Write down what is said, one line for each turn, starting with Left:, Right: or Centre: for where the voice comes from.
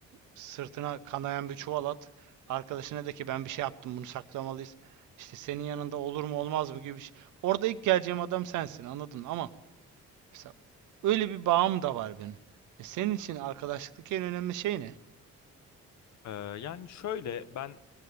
Right: sırtına kanayan bir çuval at. Arkadaşına de ki ben bir şey yaptım bunu saklamalıyız. İşte senin yanında olur mu olmaz mı gibi bir şey. Orada ilk geleceğim adam sensin anladın mı? Ama mesela öyle bir bağım da var benim. E senin için arkadaşlıktaki en önemli şey ne?
Left: Ee, yani şöyle ben